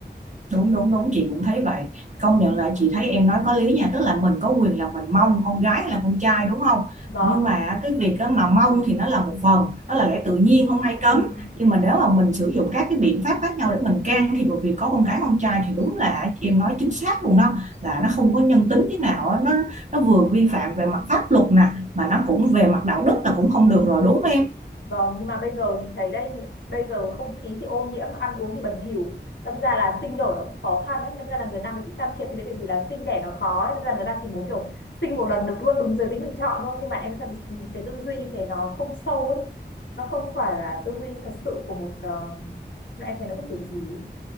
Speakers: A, on the right; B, on the left.
A: Đúng đúng đúng chị cũng thấy vậy công nhận là chị thấy em nói có lý nha tức là mình có quyền là mình mong con gái hay là con trai đúng không
B: vâng
A: nhưng mà cái việc đó mà mong thì nó là một phần đó là lẽ tự nhiên không ai cấm
B: Ừ.
A: nhưng mà nếu mà mình sử dụng các cái biện pháp khác nhau để mình can thiệp vào việc có con gái con trai thì đúng là em nói chính xác luôn đó là nó không có nhân tính thế nào á. nó nó vừa vi phạm về mặt pháp luật nè mà nó cũng về mặt đạo đức là cũng không được rồi đúng không em
B: Vâng, nhưng mà bây giờ chị thấy đây bây giờ không khí thì ô nhiễm, ăn uống thì bẩn thỉu. Đâm ra là sinh nở nó cũng khó khăn đấy, đâm ra là người ta mới thích can thiệp như thế bởi vì là sinh đẻ nó khó ấy. Đâm ra người ta chỉ muốn kiểu sinh một lần được luôn đúng giới tính mình chọn thôi. Nhưng mà em thật sự cái tư duy như thế nó không sâu ấy. Nó không phải là tư duy thật sự của một ờ, em thấy nó có kiểu gì ấy